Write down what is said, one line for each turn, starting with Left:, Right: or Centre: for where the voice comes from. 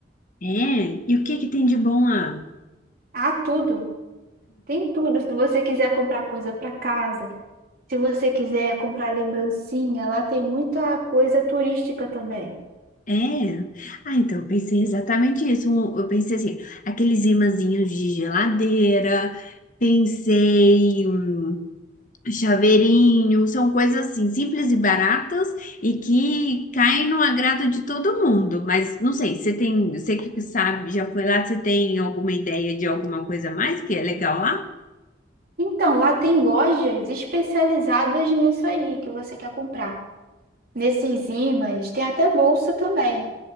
Left: É, e o que que tem de bom lá?
Right: Há tudo, tem tudo. Se você quiser comprar coisa para casa, se você quiser comprar lembrancinha, lá tem muita coisa turística também.
Left: É. Ah, então eu pensei exatamente isso. Um- Eu pensei assim, aqueles imãzinhos de geladeira, pensei hum, chaveirinho, são coisas assim simples e baratas e que caem no agrado de todo mundo. Mas não sei, você tem, você que sabe, já foi lá, você tem alguma ideia de alguma coisa a mais que é legal lá?
Right: Então, lá tem lojas especializadas nisso aí que você quer comprar. Nesses ímãs, tem até bolsa também.